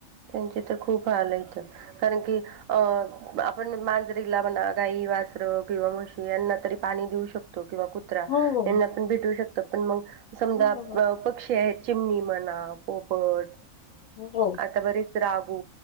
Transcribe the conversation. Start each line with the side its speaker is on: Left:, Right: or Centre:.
Right: त्यांचे तर खूप हाल आहेतं कारण की अं आपण मांजरीला म्हणा, गाई -वासरं किंवा म्हशी यांना तरी पाणी देऊ शकतो किंवा कु त्रा
Left: हो हो
Right: यांना पण भेटू शकतं पण मग समजा
Left: हो
Right: पक्षी आहेत चिमणी म्हणा पोपट
Left: हो
Right: आता बरेच रागू,